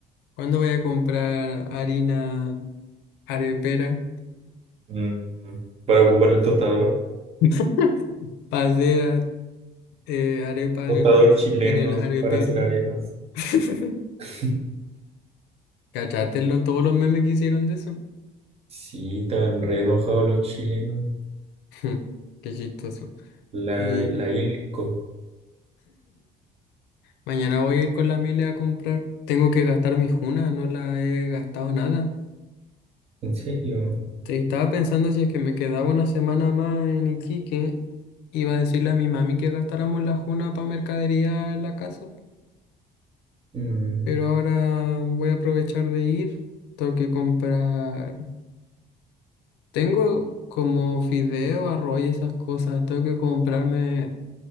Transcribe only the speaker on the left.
¿Cuándo voy a comprar harina arepera?
<laughs> Para hacer a- eh, arepa
en el,
en el arepero.
<laughs>
Cachatelo en todos los memes que hicieron de eso.
<laughs> Qué chistoso.
Y
mañana voy a ir con la Mile a comprar. Tengo que gastar mi juna, no la he gastado nada.
Te estaba pensando si es que me quedaba una semana más en Iquique, iba a decirle a mi mami que gastáramos la juna para mercadería en la casa.
Pero ahora voy a aprovechar de ir. Tengo que comprar. Tengo como fideo, arroz y esas cosas. Tengo que comprarme